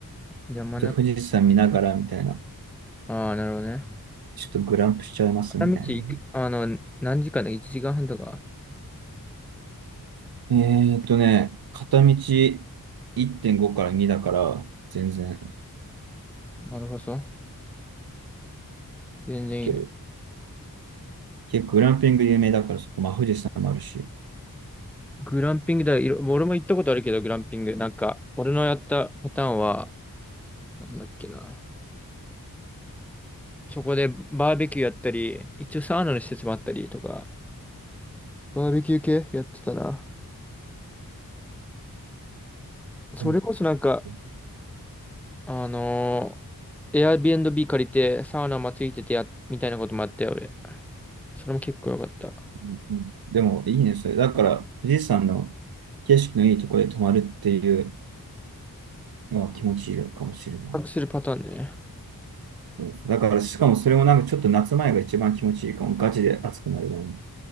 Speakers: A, in the centre; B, on the right.
A: 山中、
B: じゃあ富士山見ながらみたいな。
A: ああ、なるほどね。
B: ちょっとグランプしちゃいますみたいなね。
A: 片道行く、あの、何時間だ ?1 時間半とか。
B: えーっとね、片道1.5から2だから全然行
A: なるほど。全然いいね。
B: ける。結構グランピング有名だからそこ、まあ富士山もあるし。
A: グランピングだ、いろ、俺も行ったことあるけど、グランピング。なんか、俺のやったパターンは、なんだっけな。そこでバーベキューやったり、一応サウナの施設もあったりとか、バーベキュー系やってたな。それこそなんか、
B: うんう
A: あのー、Airbnb 借りてサウナもついててや、みたいなこともあったよ、俺。それも結構良かった。
B: んうんでもいいね、それ。だから富士山の景色のいいところで泊まるっていうのは気持ちいいかもしれない。
A: 隠するパターンね。
B: そうそうだから、しかもそれもなんかちょっと夏前が一番気持ちいいかも。ガチで暑くなるわ、ね。